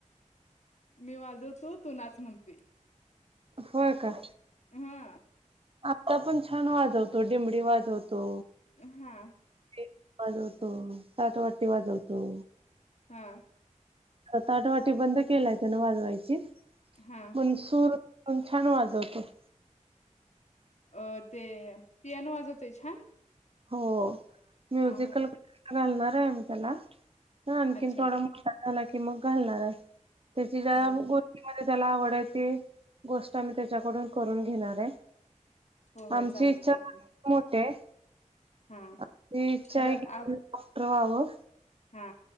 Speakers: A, on the left (about 60°); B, on the right (about 45°).
A: मी वाजवतो तू नाच म्हणतोय
B: होय का
A: हा
B: आता पण छान वाजवतो डिंमडी वाजवतो.
A: हा
B: पेटी वाजवतो ताट वाटी वाजवतो
A: हा
B: आता ताट वाटी बंद केलाय त्यान वाजवायची
A: हा
B: पण सूर पण छान वाजवतो.
A: अ ते पियानो वाजवतोय छान.
B: हो म्युझिकल
A: हा हा
B: क्लासला घालणार आहे मी त्याला हा, आणखीन
A: अच्छा
B: थोडा. मोठा झाला की, मग घालणार आहे त्याची जरा
A: हा
B: गो''--'' ष्टीमध्ये त्याला आवड आहे ती गोष्ट आम्ही त्याच्याकडून करून घेणार आहे.
A: हो हो
B: आमची
A: चालतय
B: इच्छा
A: की
B: पण मोठी आहे.
A: हा
B: आमची इच्छा
A: खरं
B: आहे की
A: आप
B: तो डॉक्टर व्हावं.
A: हा,